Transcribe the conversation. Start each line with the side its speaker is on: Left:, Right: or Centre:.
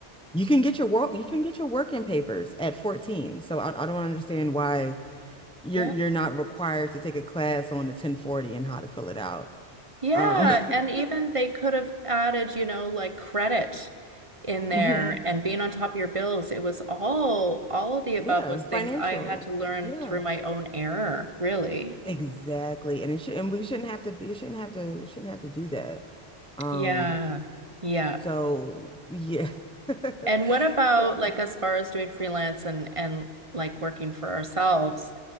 Centre: you can get your work you can get your working papers at 14. So I I don't understand why you're
Right: Yeah.
Centre: you're not required to take a class on the 1040 and how to fill it out.
Right: Yeah,
Centre: Um,
Right: and
Centre: <laughs>
Right: even they could have added, you know, like credit in there
Centre: mhm.
Right: and being on top of your bills. It was all all of the above
Centre: Yeah,
Right: was
Centre: financial.
Right: things I had to learn
Centre: Yeah.
Right: through my own error, really.
Centre: Exactly. And it should and we shouldn't have to be shouldn't have to shouldn't have to do that. Um
Right: Yeah. Yeah.
Centre: so yeah. <laughs>
Right: And what about
Centre: So
Right: like as far as doing freelance and and like working for ourselves?